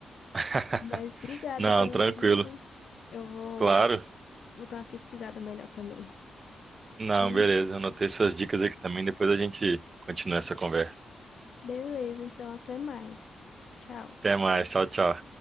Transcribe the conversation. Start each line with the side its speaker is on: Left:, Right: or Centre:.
Right: <laughs>
Left: Mas obrigada
Right: Não,
Left: pelas
Right: tranquilo.
Left: dicas. Eu vou,
Right: Claro.
Left: vou dar uma pesquisada melhor também.
Right: Não,
Left: A gente.
Right: beleza. Anotei suas dicas aqui também. Depois a gente continua essa conversa.
Left: Beleza, então até mais. Tchau.
Right: Até mais. Tchau, tchau.